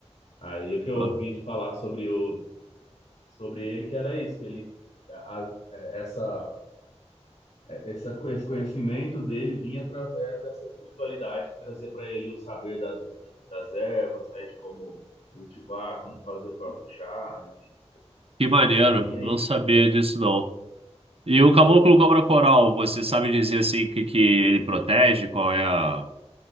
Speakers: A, on the left; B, on the right.
A: Aí o que eu
B: Ah,
A: ouvi de falar sobre o sobre ele que era isso, que ele a, a- essa essa esse conhecimento dele vinha através dessa espiritualidade que trazia para ele o saber das das ervas, né, de como cultivar, como fazer o próprio chá, enfim,
B: que maneiro,
A: nessa linha
B: não
A: aí.
B: sabia disso não. E o caboclo cobra coral, você sabe dizer assim que, que ele protege? Qual é a